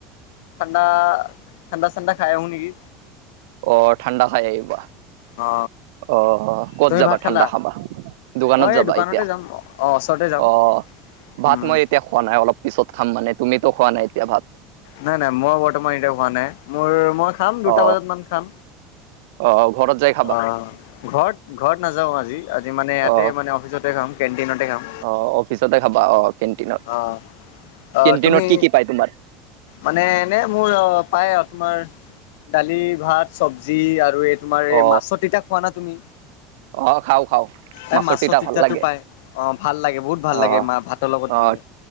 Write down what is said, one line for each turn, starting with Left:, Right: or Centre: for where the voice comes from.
Left: ঠাণ্ডা, ঠাণ্ডা চাণ্ডা খাই আহোঁ নেকি।
Right: অ' ঠাণ্ডা খাই আহিবা,
Left: অ।
Right: অ' ক'ত
Left: তুমি
Right: যাবা
Left: ভাত
Right: ঠাণ্ডা
Left: খালা?
Right: খাবা? দোকানত
Left: মই
Right: যাবা
Left: এই দোকানতে
Right: এতিয়া?
Left: যাম অ ওচৰতে যাম।
Right: অ' ভাত
Left: উম
Right: মই এতিয়া খোৱা নাই অলপ পিছত খাম মানে তুমিতো খোৱা নাই এতিয়া ভাত?
Left: নাই নাই মই বৰ্তমান এতিয়া হোৱা নাই, মোৰ মই খাম দুটা
Right: অ
Left: বজাত মান খাম।
Right: অ' ঘৰত যায়।
Left: অ' ঘৰত ঘৰত নাযাওঁ আজি আজি মানে ইয়াতে
Right: অ
Left: মানে অফিচতে খাম কেণ্টিনতে খাম।
Right: অ' অফিচতে খাবা অ' কেণ্টিনত।
Left: অ' অ'
Right: কেণ্টিনত
Left: তুমি
Right: কি কি পায় তোমাৰ?
Left: মানে এনে মোৰ অ' পায় আপনাৰ দালি ভাত চবজি আৰু এই তোমাৰ এই
Right: অ
Left: মাছৰ তিতা খোৱা না তুমি?
Right: অ' খাওঁ খাওঁ।
Left: এ, মাছৰ
Right: তিতা
Left: তিতাতো
Right: ভাল লাগে
Left: পাই, অ' ভাল লাগে বহুত ভাল
Right: অ
Left: লাগে মা ভাতৰ লগত দিলে।
Right: অ